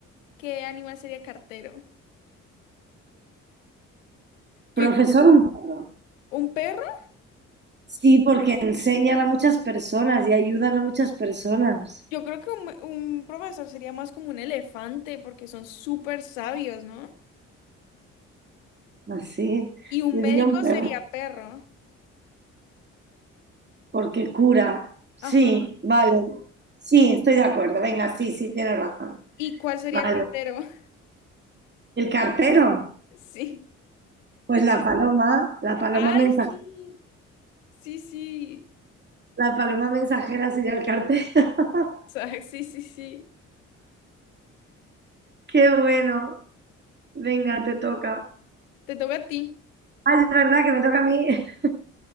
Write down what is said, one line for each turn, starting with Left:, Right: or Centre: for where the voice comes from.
Left: qué animal sería cartero? Yo
Right: Profesor,
Left: digo,
Right: un perro.
Left: ¿un perro?
Right: Sí, porque enseñan a muchas personas y ayudan a muchas personas.
Left: Yo creo que un, un profesor sería más como un elefante porque son súper sabios, ¿no?
Right: Así,
Left: Y un
Right: yo
Left: médico
Right: diría un perro,
Left: sería perro.
Right: porque cura. Sí,
Left: Ajá.
Right: vale. Sí, estoy de acuerdo. Venga, sí, sí, tienes razón.
Left: ¿Y cuál sería
Right: Vale.
Left: cartero? <laughs>
Right: ¿El cartero?
Left: Sí.
Right: Pues la paloma, la paloma
Left: Ay,
Right: mensajera,
Left: sí. Sí, sí. <laughs>
Right: la paloma mensajera sería el cartero. <laughs>
Left: O sí, sí, sí.
Right: Qué bueno. Venga, te toca.
Left: Te toca a ti.
Right: Ah, es verdad que me toca a mí. <laughs>